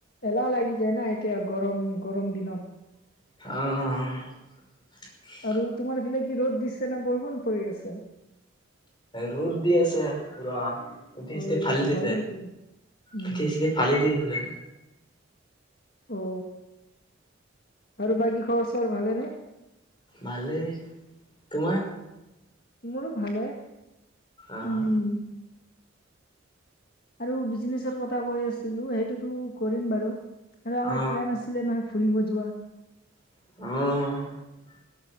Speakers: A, on the left; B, on the left.
A: এলাহ লাগি যায় না এতিয়া গৰম গৰম দিনত।
B: <unintelligible>
A: আৰু তোমাৰ ফালে কি ৰ'দ দিছে না বৰষুণ পৰি আছে?
B: ৰ'দ দি আছে পুৰা। পিঠি
A: অ
B: চিঠি ফালি দিছে,
A: হয় নেকি উম
B: পিঠি চিঠি ফালি দিছে।
A: অ আৰু বাকী খবৰ সবৰ ভালে নে?
B: ভালেই, তোমাৰ?
A: মোৰো ভালে।
B: আহ।
A: উম আৰু বিজনেচৰ কথা কৈ আছিলো, সেইটোতো কৰিম বাৰু আৰু আমাৰ
B: অ
A: প্লেন আছিলে না। ফুবিব জোৱা।
B: অহ।